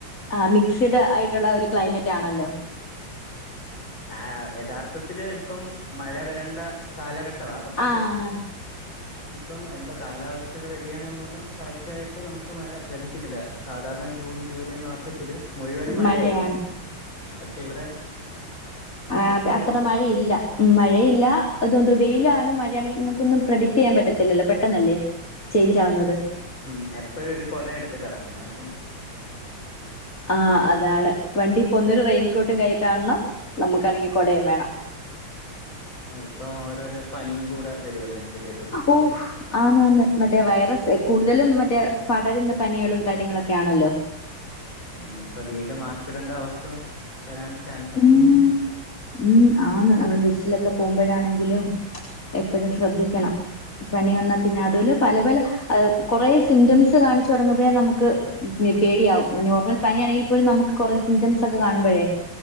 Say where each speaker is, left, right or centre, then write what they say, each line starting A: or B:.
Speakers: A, on the left (about 40°); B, on the left (about 75°).
A: ആഹ് മിക്സ്ഡ് ആയിട്ടുള്ള ഒരു ക്ലൈമറ്റ് ആണല്ലോ
B: ആ യഥാർത്ഥത്തില് ഇപ്പം മഴ വരണ്ട കാലഘട് - ട്ടവാ പക്ഷേ
A: ആഹ്
B: ഇപ്പം എന്തോ കാലാവസ്ഥയുടെ വ്യതിയാനം മൂലം കറക്റ്റായിട്ട് നമുക്ക് മഴ ലഭിക്കുന്നില്ല സാധാരണ ജൂൺ ജൂലൈ മാസത്തില് മുഴുവനും മഴയായിരിക്കും,
A: മഴയാണ്
B: പക്ഷെ ഇവിടെ
A: ആഹ് അത്
B: പറഞ്ഞോളൂ
A: അത്ര മഴയില്ല ഉം മഴയില്ല അതൊന്തോ വെയിലാണ് മഴയാണ് നിങ്ങക്കൊന്നും പ്രഡിക്ട് ചെയ്യാൻ പറ്റത്തില്ലല്ലോ പെട്ടെന്നല്ലേ ചേഞ്ച്
B: ഉം
A: ആവുന്നത്
B: എപ് എപ്പഴും ഒരു കൊട എടുത്തിട്ടെറങ്ങണം അല്ലെ
A: ആഹ് അതാണ്, വണ്ടി പ്പോന്നൊരു റെയിൻകോട്ടും കൈയ്യി കാൺണം നമ്മുക്കാണെങ്കി കൊടയും വേണം
B: ആഹ് ഇപ്പം ഓരോരോ പനിയും കൂടെ വരുവല്ലേ തിന്റെ
A: ഓഫ് ആന്നാന്ന് മറ്റേ വൈറസ് കൂടുതലും മറ്റേ പടരുന്ന പനികളും കാര്യങ്ങളൊക്കെ ആണല്ലോ
B: ഉം പ്പൊ വീണ്ടും മാസ്ക്ടണ്ട അവസ്ഥ വരാൻ ചാൻസുണ്ട്
A: ഉം ഉം ആന്ന്, നമ്മൾ ബസ്സിലൊക്കെ പോകുമ്പഴാണെങ്കിലും എപ്പഴും ശ്രദ്ധിക്കണം പനി വന്നാ പിന്നെ അതുലെ പല പല കൊറെേ സിംറ്റംസ് കാണിച്ചു തുടങ്ങുമ്പഴേ നമുക്ക് പേടിയാവും, നോർമൽ പനിയാണെങ്കി പോലും നമുക്ക് കൊറേ സിംറ്റംസൊക്കെ കാണുമ്പഴേ